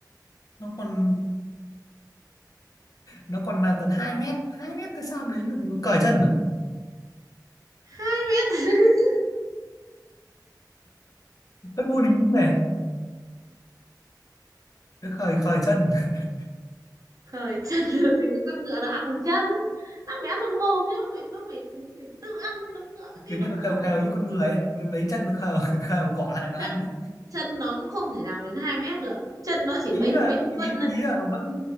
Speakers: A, on the left; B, on the right.
A: nó còn nó còn là tận 2 mét 2 mét thế sao đến được nó cởi chân à
B: hai mét <laughs>
A: hơi vô lý này nó khởi khởi chân <laughs>
B: khởi chân làm gì có con ngựa nào ăn bằng chân nó phải ăn bằng mồm chứ nó phải nó phải, phải tự ăn cái đống ngựa cái
A: kiểu như
B: đống
A: nó
B: cỏ
A: khều khều
B: đấy
A: như con người ấy nó lấy chân nó khều <laughs> khều cỏ lại nó
B: chân
A: ăn đấy
B: chân nó cũng không thể nào đến hai mét được chân nó chỉ
A: ý
B: mấy
A: là
B: mấy chục
A: ý,
B: phân thôi
A: ý là nó vẫn